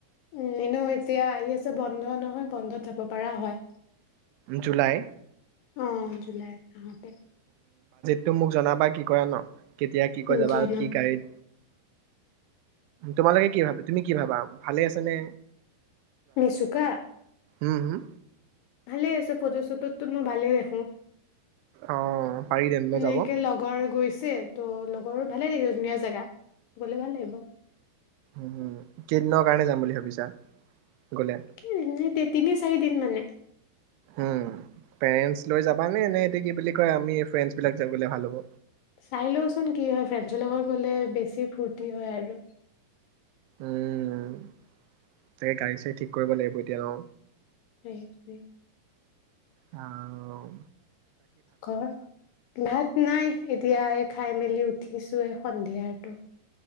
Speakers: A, on the left; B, on the right.
A: উম, এনেও এতিয়া আহি আছে বন্ধ নহয় বন্ধত যাব পৰা হয়।
B: জুলাই।
A: অ', জুলাই মহতেই।
B: তুমি মোক জনাবা কি কৰা ন। কেতিয়া কি কৈ যাবা,
A: জনাম।
B: আৰু কি গাৰিত। তোমালোকে কি ভাবা তুমি কি ভাবা ভালে আছে নে
A: নিচুকা
B: উহ উহ
A: ভালে আছে ফটো চটো টো মই ভালে দেখো
B: অ পাৰি তেনতে
A: এনেকে
B: যাব
A: লগৰ গৈছে, ত' লগৰ ভালে লাগিছে ধুনীয়া জেগা গলে ভাল লাগিব
B: উম কেইদিনৰ কাৰণে যাম বুলি ভাবিছা গ'লে
A: তিনি চাৰিদিন মানে
B: উ পেৰেনচ লৈ যাব নে ন এতি কি বুলি কয় আমি ফ্ৰেচ বিলাক যাবলৈ ভাল হ'ব
A: চাই লওচোন কি হয় ফ্ৰেছৰ লগত গলে বেছি ফূৰ্তি হয় আৰু
B: উম তাকে গাড়ী চাড়ী ঠিক কৰিব লাগিব এতিয়া অ
A: সেইটোৱে
B: আও
A: ঘৰ ভাত নাই এতিয়া খাই মেলি উঠিছোয়ে সন্ধিয়াতো